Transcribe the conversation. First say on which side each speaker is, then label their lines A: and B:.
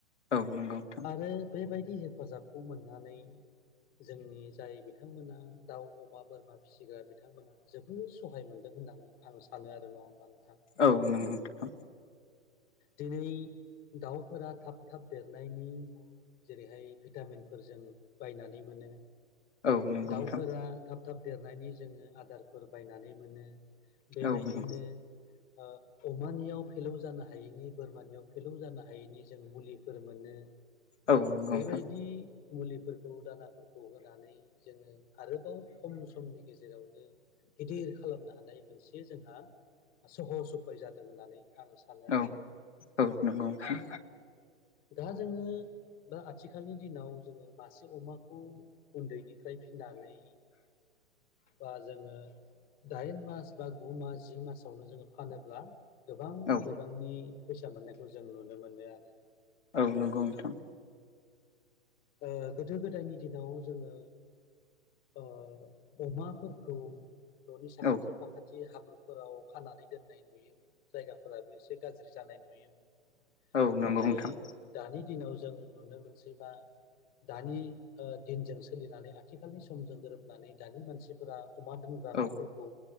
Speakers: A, on the left (about 85°); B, on the left (about 25°).
A: औ नंगौ नोंथां थां
B: आरो बेबायदि हेफाजाबखौ मोननानै जोंनि जाय बिथांमोना दाउ अमा बोरमा फिसिग्रा बिथांमोना जोबोद सहाय मोनदों होननानै आं सानो आरो नंङा होमबा आं
A: औ नंगौ नोंथां
B: दिनै दाउफोरा थाब थाब देरनायनि जेरैहाय भिटामिनफोर जों बायनानै मोनो
A: औ नंगौ
B: दाउफोरा
A: नोंथां
B: थाब थाब देरनायनि जोंङो आदारफोर बायनानै मोनो बेबायदिनो
A: औ नंगौ
B: ओ अमानियाव फेलौ जानो हायैनि बोरमानियाव फेलौ जानो हायैनि जों मुलिफोर मोनो
A: औ नंगौ
B: बेबायदि
A: नोंथां
B: मुलिफोरखौ दानाफोरखौ होनानै जोंङो आरोबाव खम समनि गेजेरावनो गिदिर खालामनो हानाय मोनसे जोंहा सहस उफाय जादों होननानै आं सानो आरो
A: औ औ नंगौ नोंथां
B: दा जोंङो बा आथिखालनि दिनाव जोङो मासे अमाखौ बाय फिनानै बा जोङो दाइन मास बा गु मास जि मासावनो जोङो फानोब्ला गोबां
A: औ
B: बिबांनि फैसा मोननायखौ जों नुनो मोनो आरो
A: औ नंगौ नोंथां
B: ओ गोदो गोदायनि दिनाव जोङो ओ अमाफोरखौ न'नि साखाथि
A: औ
B: फाखाथि ए हाब्रुफोराव खानानै दोननाय नुयोमोन जायगाफोराबो एसे गाज्रि जानाय नुयोमोन
A: औ नंगौ
B: नाथाय
A: नोंथां
B: दानि दिनाव जों नुनो मोनसैबा दानि ओ दिनजों सोलिनानै आथिखालनि समजों गोरोबनानै दानि मानसिफोरा अमा दोनग्रा
A: औ
B: न'फोरखौ